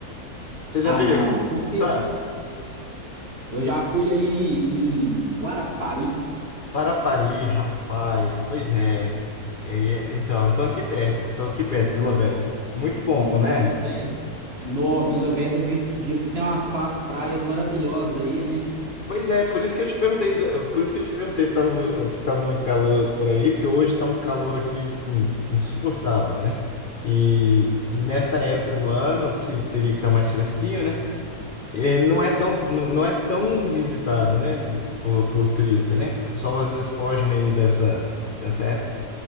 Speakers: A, on the left; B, on the right.
A: Você já
B: Ah,
A: veio
B: não.
A: aqui,
B: Porque
A: sabe?
B: eu já fui aí em Guarapari,
A: Parapari, rapaz, pois é. E aí, Então, eu tô aqui perto, tô aqui perto, Vila Velha. Muito bom, né?
B: Vila Velha. No, Vila Velha diz, diz que tem umas pa- praias maravilhosas aí, né?
A: Pois é, por isso que eu te perguntei, por isso que eu te perguntei se estava se tava muito calor por aí, porque hoje está um calor aqui hum, insuportável, né? E, e nessa época do ano, que teria que estar mais fresquinho, né? É, não é tão, não não é tão visitado, né? Por, por turista, né? O pessoal às vezes foge meio dessa, dessa época.